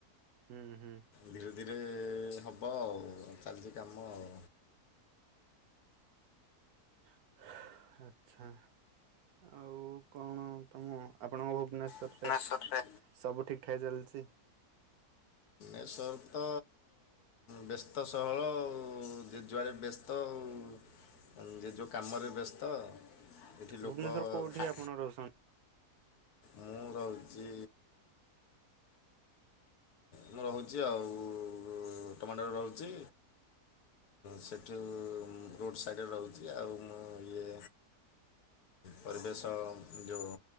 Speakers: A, on the right; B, on the left.
A: ହୁଁ ହୁଁ
B: ଧୀରେ ଧୀରେ ହେବ ଆଉ ଚାଲିଛି କାମ ଆଉ।
A: <inaudible> ଆଛା। ଆଉ କଣ ତମ ଆପଣଙ୍କ ଭୁବନେ ଶ୍ୱର
B: ଭୁବନେଶ୍ୱରରେ
A: ରେ ସବୁ ଠିକ୍ ଠାକ୍ ଚାଲିଚି?
B: ଏସବୁ ତ ବ୍ୟସ୍ତ ସହଳ ଆଉ ଯିଏ ଯୁଆଡ଼େ ବ୍ୟ ତ ଆଉ। ଯିଏ ଯୋ କାମରେ ବ୍ୟସ୍ତ। ଏଠି ଲୋକ
A: ଭୁବନେଶ୍ଵର କୋଉଠି
B: କା
A: ଆପଣ ରହୁଛନ୍ତି?
B: ମୁଁ ରହୁଚି ମୁଁ ରହୁଛି ଆଉ <unintelligible> ରହୁଚି। ସେଠୁ ରୋଡ଼୍ ସାଇଡ଼ ରହୁଚି ଆଉ ମୁଁ ଇଏ ପରିବେଶ ଯୋଉ